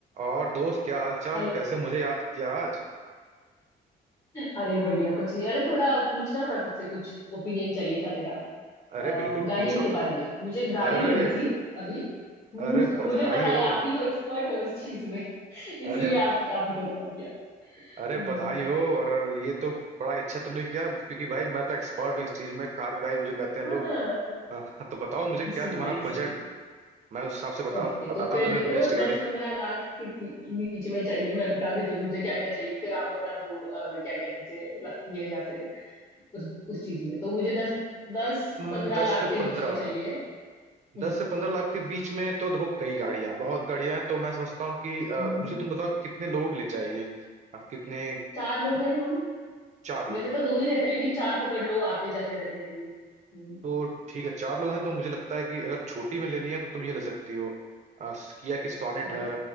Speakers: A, on the right; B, on the left.
A: और दोस्त क्या हालचाल
B: Hello
A: कैसे मुझे याद किया आज
B: अरे बढ़िया कुछ नहीं अरे थोड़ा पूछना था तुझसे कुछ ओपिनियन चाहिए था तेरा अ,
A: अरे बिल्कुल
B: गाड़ियों
A: पूछो
B: के बारे में मुझे गाड़ी
A: अरे
B: लेनी थी अभी <laughs> हम्म,
A: अरे बधाई
B: मुझे पता
A: हो
B: है आप ही तो एक्सपर्ट हो इस चीज में इसीलिए
A: अरे
B: आप आप ही को कॉल किया
A: अरे
B: हम्म,
A: बधाई हो और ये तो बड़ा ही अच्छा तुमने किया क्योंकि भाई मैं तो एक्सपर्ट हूँ इस चीज में कार गाई मुझे कहते हैं
B: हाँ
A: लोग हाँ, हाँ, तो बताओ मुझे क्या
B: इसीलिए
A: तुम्हारा
B: इसीलिए
A: बजट मैं उस हिसाब से बता
B: ओके
A: बताता
B: तो फिर
A: हूँ तुम्हें
B: देखो
A: बेस्ट
B: दस
A: गाड़ी
B: पंद्रह लाख के बी- बीच में चाहिए मैं बता देती हूँ मुझे क्या क्या चाहिए फिर आप बता दो क्या क्या चीजें लगती है या फिर उस उस चीज में तो मुझे दस दस
A: हम्म,
B: पंद्रह
A: दस
B: लाख
A: से
B: के
A: पंद्रह
B: बीच में चाहिए
A: दस
B: हम्म
A: से पंद्रह लाख के बीच में तो देखो कई गाड़ियां हैं, बहुत गाड़ियां हैं तो मैं समझता हूँ कि अ,
B: हम्म
A: मुझे तुम बताओ कि कितने लोग ले चाहिए आप कितने
B: चार लोग हैं हम
A: चार लोग
B: वैसे तो दो ही रहते हैं लेकिन चार पकड़ लो आते जाते रहते हैं कोई हम्म,
A: तो ठीक है चार लोग हैं तो मुझे लगता है कि अगर छोटी में लेनी है तो तुम ये ले सकती हो आ, किया की सोनेट
B: हाँ
A: है